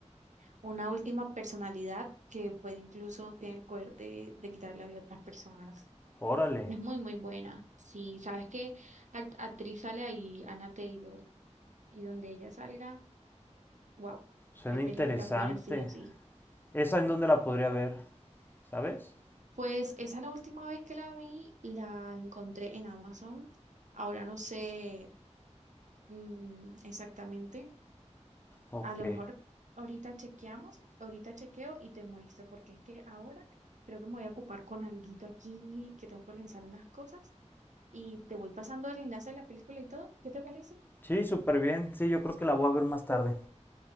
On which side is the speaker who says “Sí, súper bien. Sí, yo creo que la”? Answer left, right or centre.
Left